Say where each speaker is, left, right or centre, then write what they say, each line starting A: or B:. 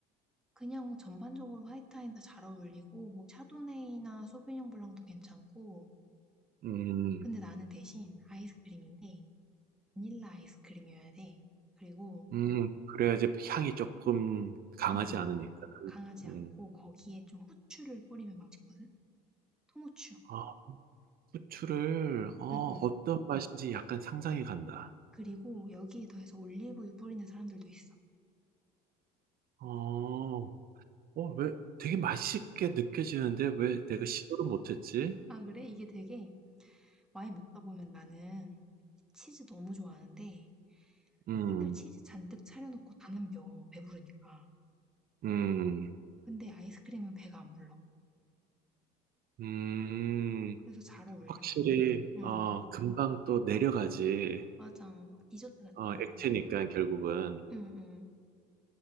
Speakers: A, in the centre; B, on the right.
A: 그냥 전반적으로 화이트 와인 다 잘 어울리고, 뭐, 샤도네이나 소비뇽 블랑도 괜찮고,
B: 음,
A: 근데 나는 대신 아이스크림인데, 바닐라 아이스크림이어야 돼. 그리고,
B: 음, 그래야지 향이 조금 강하지
A: 어,
B: 않으니까.
A: 강하지
B: 음.
A: 않고, 거기에 좀 후추를 뿌리면 맛있거든? 통후추.
B: 아, 후추를 어,
A: 응, 응.
B: 어떤 맛인지 약간 상상이 간다.
A: 그리고 여기에 더해서 올리브유 뿌리는 사람들도 있어.
B: 어, 어, 왜 되게 맛있게 느껴지는데 왜 내가 시도를 못했지?
A: 아, 그래? 이게 되게 와인 먹다 보면 나는 치즈 너무 좋아하는데
B: 음.
A: 맨날 치즈 잔뜩 차려놓고 다 남겨. 배부르니까.
B: 음,
A: 근데 아이스크림은 배가 안 불러.
B: 음,
A: 그래서 잘 어울려.
B: 확실히,
A: 응,
B: 어, 금방 또 내려가지.
A: 맞아. 디저트 같잖아,
B: 어, 액체니까
A: 그냥.
B: 결국은.
A: 응, 응.